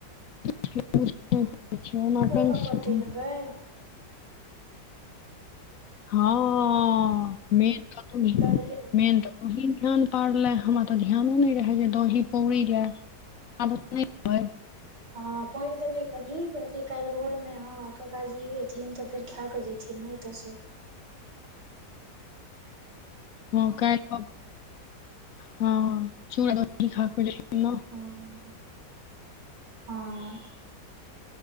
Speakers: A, on the left (about 55°); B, on the right (about 70°).
A: <unintelligible>
B: पौरऽ
A: छथिन
B: पड़तै ने गै
A: हँ मेन तू तू
B: दही
A: मेन त तूहि ध्यान परलए हमरा तऽ ध्यानो नहि रहै जे दही पौड़ी लए आदत नहि अय
B: हँ पौर देबै कनी किएकि काल्हि भोरमे हँ काकाजी एयथिन तऽ फेर खा कऽ जेथिन ने एतयसँ
A: हँ काल्हि हँ चूड़ा दही खा कर रहि <unintelligible>
B: हँ हँ